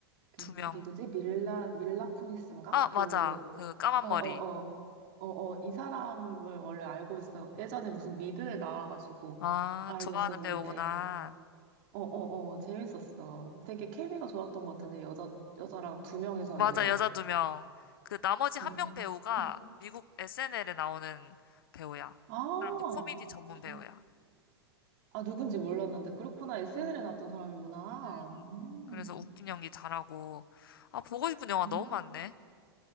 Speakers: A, on the right; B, on the left.
A: 그
B: 두
A: 미-
B: 명.
A: 누구지? 밀라, 밀라 쿠니스인가?
B: 아
A: 그,
B: 맞아 그 까만
A: 어,
B: 머리.
A: 어, 어. 어, 어, 이 사람을 원래 알고 있어. 예전에 무슨 미드에 나와가지고
B: 아
A: 알고
B: 좋아하는
A: 있었는데.
B: 배우구나.
A: 어, 어, 어, 재밌었어. 되게 케미가 좋았던 것 같은데, 여자, 여자랑 두 명이서
B: 맞아
A: 이제 막,
B: 여자 두 명. 그 나머지 한
A: 응.
B: 명 배우가
A: 응.
B: 미국 SNL에 나오는 배우야.
A: 아,
B: 그 사람도 코미디 전문
A: 누-
B: 배우야.
A: 아, 누군지 몰랐는데, 그렇구나. SNL에
B: 음.
A: 나왔던 사람이구나.
B: 음.
A: 음,
B: 그래서 웃긴 연기 잘하고. 아, 보고 싶은 영화
A: 음,
B: 너무 많네.